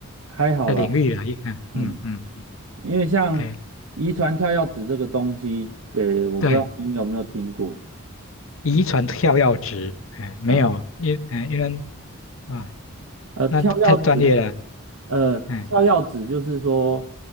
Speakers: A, on the right; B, on the left.
A: 还好啦，
B: 的领域了，一嗯嗯嗯嗯
A: 嗯，因为像遗传跳药子这个东西，
B: ，OK，
A: 呃，我不知道您有没有听过，
B: 对，遗传跳跃值，哎，没有，
A: 嗯，
B: 因哎因为啊，
A: 呃，
B: 那太专业了，
A: 跳药子呃，
B: 哎
A: 跳药指就是说